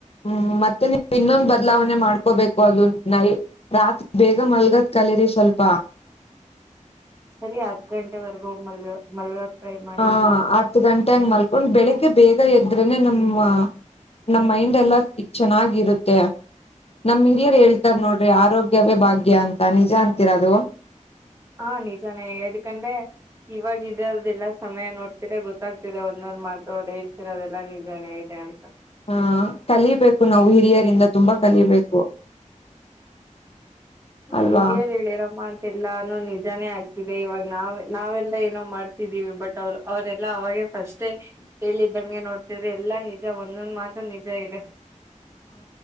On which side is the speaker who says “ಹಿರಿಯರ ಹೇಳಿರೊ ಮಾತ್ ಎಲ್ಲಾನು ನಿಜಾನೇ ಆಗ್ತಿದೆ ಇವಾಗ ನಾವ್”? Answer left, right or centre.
Right